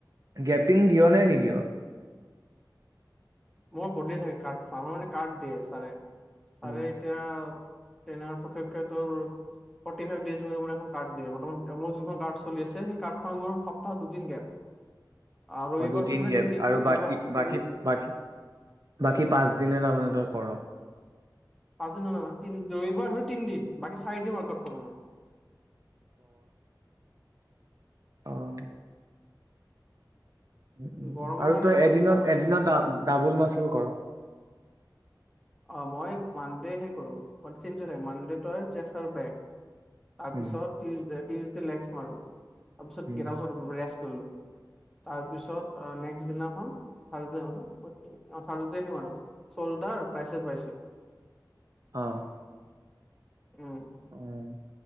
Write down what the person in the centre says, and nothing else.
মই বদিয় থাকে কাৰ্ড খ আমাৰ মানে কাৰ্ড দিয়ে ছাৰে। ছাৰে
এতিয়া ট্ৰেইনেৰে প্ৰত্যেকেটো ফৌৰটি ফাইভ ডেজৰ কাৰণে এখন কাৰ্ড দিয়ে বৰ্তমান মোৰ জোনখন কাৰ্ড চলি আছে কাৰ্ডখন মোৰ সপ্তাহত দুদিন গেপ। আৰু
ৰবিবাৰ
তুমিা
তিনদিন
ৰবিবাৰ
ৰবি
পাঁচ দিন নালগাই টি ৰবিবাৰ ধৰি তি দিন বাকী চাৰিদিন ৱাৰ্কআউট কৰো মই।
গৰমৰ
কাৰণে
অ',
দিগদাৰ হয়
দেছোন উপায়
নাই
অ মই মানডে হে কৰো। ঞজ ল মানডেষ্টাৰ বেগ তাৰপিছত
টিউজডে টউজডে লেগছ মাৰো। তাৰপিছত
গটাৰ পিছত ৰেষ্ট লো তাৰপিছত নেক্স দিনাখন থাৰচডে হ'ল থাৰডে আহিম আৰু চল্ডাৰ তৃাইচেপ বাইচেপ
উম